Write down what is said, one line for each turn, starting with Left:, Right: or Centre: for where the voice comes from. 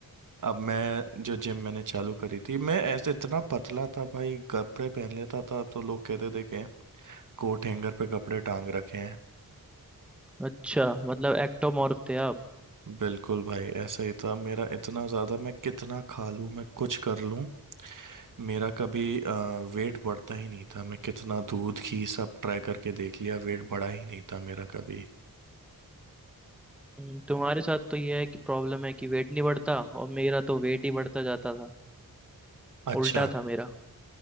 Right: अब मैं जो जिम मैंने चालू करी थी मैं ऐसे इतना पतला था भाई कपड़े पहन लेता था तो लोग कहते थे कि कोट हैंगर पे कपड़े टांग रखे हैं
Centre: अच्छा मतलब एक्टोमॉर्फ थे आप
Right: बिल्कुल भाई ऐसा ही था मेरा इतना ज्यादा मैं कितना खा लूं मैं कुछ कर लूं मेरा कभी अ, वेट बढ़ता ही नहीं था मैं कितना दूध घी सब ट्राई करके देख लिया वेट बढ़ा ही नहीं था मेरा कभी
Centre: हम्म, तुम्हारे साथ तो ये है कि प्रॉब्लम है कि वेट नहीं बढ़ता और मेरा तो वेट ही बढ़ता जाता था
Right: अच्छा
Centre: उल्टा था मेरा